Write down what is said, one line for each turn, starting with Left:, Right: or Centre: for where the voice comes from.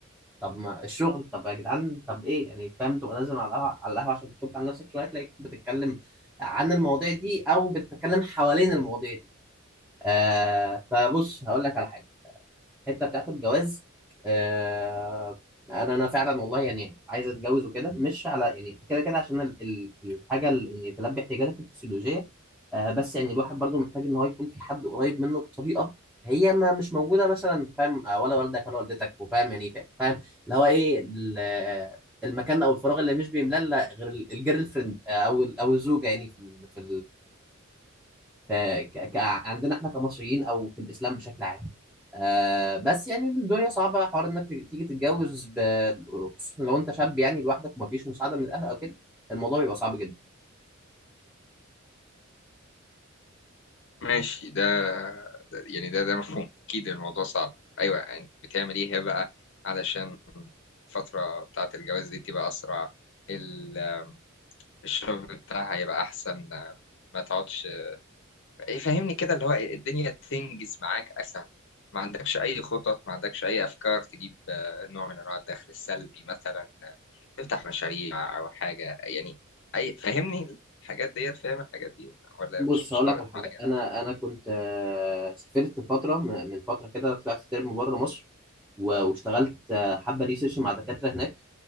Centre: طب ما الشغل طب يا جدعان طب ايه يعني فاهم تبقى نازل على القهوه على القهوه عشان تفك عن نفسك شويه تلاقيك بتتكلم عن المواضيع دي او بتتكلم حوالين المواضيع دي آه فبص هقول لك على حاجه الحته بتاعت الجواز آه انا انا فعلا والله يعني عايز اتجوز وكده مش على يعني كده كده عشان ال- ال- الحاجه اللي يعني تلبي احتياجاتك الفسيولوجيه آه بس يعني الواحد برضو محتاج ان هو يكون في حد قريب منه بطريقه هي ما مش موجوده مثلا انت فاهم آه، ولا والدك ولا والدتك وفاهم يعني فا- فاهم اللي هو ايه ال- المكان او الفراغ اللي مش بيملى إلا غير ال- الجيرل فريند آه، او ال- او الزوجه يعني في ال- في ف- ك- ك- عندنا احنا كمصريين او في الاسلام بشكل عام آه بس يعني الدنيا صعبه حوار انك تيجي تيجي تتجوز ب... خصوصاً لو انت شاب يعني لوحدك ومفيش مساعده من الاهل او كده الموضوع بيبقى صعب جدا
Left: ماشي ده ده- يعني ده ده مفهوم اكيد الموضوع صعب ايوه يعني بتعمل ايه هي بقى علشان الفتره بتاعه الجواز دي تبقى اسرع ال- الشغل بتاعها يبقى احسن ما تقعدش إيه، فهمني كده اللي هو الدنيا تنجز معاك اسهل ما عندكش اي خطط ما عندكش اي افكار تجيب آه، نوع من انواع الدخل السلبي مثلا آه، تفتح مشاريع او حاجه يعني اي فهمني الحاجات ديت فاهم الحاجات دي ولا
Centre: بص
Left: مش مش
Centre: هقول
Left: لاقط
Centre: لك على حاجه
Left: معايا
Centre: انا انا كنت آه، سافرت فتره م- من فتره كده طلعت ترم بره مصر و- واشتغلت آه، حبه ريسيرش مع دكاتره هناك